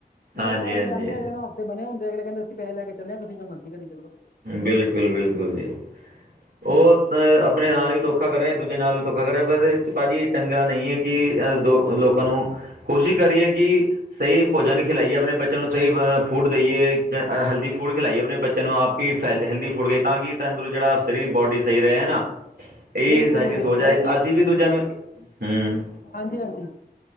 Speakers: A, on the left (about 70°); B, on the right (about 80°).
A: ਨਹੀਂ
B: ਹਾਂਜੀ-ਹਾਂਜੀ,
A: ਤਾਂ ਉਹ ਅਗਲੇ ਆਉਂਦੇ ਅਗਲੇ ਨਾਲ ਬਣੇ ਹੁੰਦੇ ਅਗਲੇ ਕਹਦੇ ਅਸੀ ਪੈੇਹੈ ਲੈ ਕੇ ਚੱਲਿਆ ਤੁਸੀਂ ਜੋ ਮਰਜ਼ੀ ਚੱਲੋ।
B: ਬਿਲਕੁਲ-ਬਿਲਕੁਲ ਜੀ। ਉਹ ਤੇ ਅਪਨੇ ਨਾਲ ਵੀ ਧੋਖਾ ਕਰ ਰਹੇ ਦੂਜੇ ਨਾਲ ਵੀ ਧੋਖਾ ਕਰ ਰਹੇ ਪਰ ਭਾਜੀ ਇਹ ਚੰਗਾ ਨਹੀਂ ਏ ਕਿ ਦੋ ਲੋਕਾਂ ਨੂੰ ਕੋਸ਼ਿਸ਼ ਕਰੀਏ ਕਿ ਸਹੀ ਭੋਜਨ ਖਿਲਾਈਏ ਅਪਨੇ ਬੱਚਿਆਂ ਨੂੰ ਸਹੀ ਫੂਡ ਦੇਈਏ ਜਾਂ ਹੈਲਦੀ ਫੂਡ ਖਿਲਾਈਏ ਅਪਨੇ ਬੱਚਿਆਂ ਨੂੰ ਆਪ ਕਿ ਫਾਇਦੇ ਹੈਲਦੀ ਫੂਡ ਦੇ ਤਾਂ ਕਿ ਤੈ ਦੂ ਜਿਹੜਾ ਸਰੀਰ ਬੋਡੀ ਸਹੀ ਰਹੇ ਹੈਨਾ ਇਹ
A: ਬਿਲਕੁਲ
B: ਸਾਡੀ
A: ਜੀ ਬਿਲਕੁਲ
B: ਸੋਚ ਐ, ਅਸੀਂ ਵੀ ਦੂਜਿਆਂ ਨੂੰ ਹਮ
A: ਹਾਂਜੀ ਹਾਂਜੀ